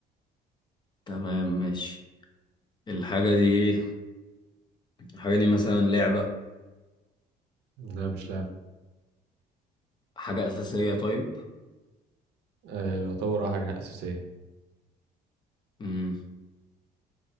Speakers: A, on the left; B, on the right.
A: تمام ماشي الحاجة دي الحاجة دي مثلا لعبة
B: لا مش لعب
A: حاجة أساسية طيب
B: آه يعتبر اه حاجة أساسية
A: مم.